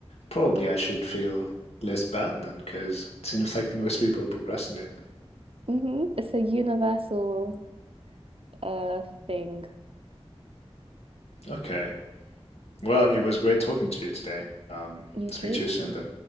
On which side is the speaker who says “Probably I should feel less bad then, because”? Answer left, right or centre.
Left